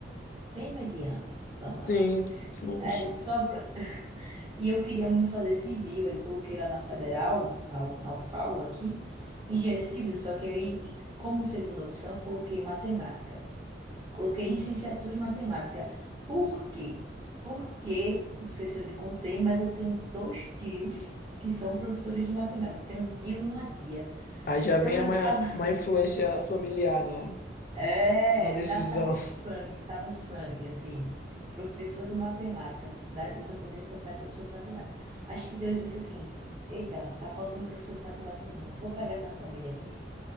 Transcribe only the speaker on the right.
bem mediana. Vamos lá.
É, só pra... E eu queria muito fazer civil, aí coloquei lá na Federal, na, U- na UFAL aqui, engenharia civil, só que aí, e como segunda opção, eu coloquei matemática. Coloquei licenciatura em matemática. Por quê? Porque, não sei se eu lhe contei, mas eu tenho dois tios que são professores de matemática. Eu tenho um tio e uma tia.
Então,
meio
que tava.
<laughs>
É,
tá, tá no sangue, tá no sangue, assim. Professor de matemática. Da- dessa família só sai professor de matemática. Acho que Deus disse assim: Eita, tá faltando professor de matemática no mundo. Vou pegar essa família aqui.